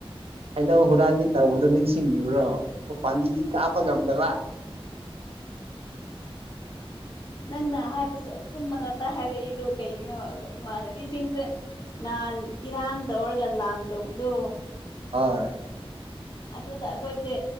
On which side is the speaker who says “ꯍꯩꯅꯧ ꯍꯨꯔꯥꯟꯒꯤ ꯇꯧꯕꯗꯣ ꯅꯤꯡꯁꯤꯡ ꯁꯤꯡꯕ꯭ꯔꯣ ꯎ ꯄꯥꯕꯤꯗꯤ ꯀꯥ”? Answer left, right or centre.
Right